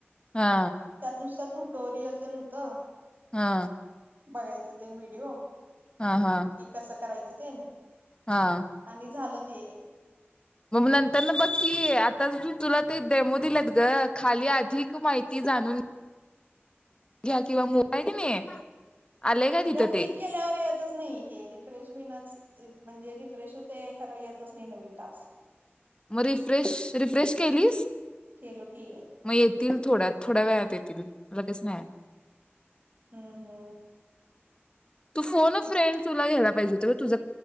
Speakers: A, on the left; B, on the right.
A: हा
B: त्यातनुसता टुटोरियल तेन होतं.
A: हा
B: बघायचं तेन व्हिडिओ.
A: हा हा
B: कि कसं करायचं? तीन.
A: हा
B: आणि झालं. ते.
A: मग नंतर ना बघकी आ <unintelligible> तुला ते डेमो दिल्यात ग खाली अधिक माहिती जाणून घ्या किंवा मोबा आहे क नाही. आलंय का तिथं
B: ते क्लिक केल्यावर येतच नाही ते. फ्रेश हुईनाच म्हणजे, रिफ्रेश होते करा येतच नाही, नवीन तास.
A: म रिफ्रेश रिफ्रेश केलीस,
B: केलो की
A: म येतील थोड्यात थोड्या वेळात येतील. लगेच नाही.
B: हम्म हम्म.
A: तू फोन फ्रेंड तुला घ्याला पाहिजे होत तुझ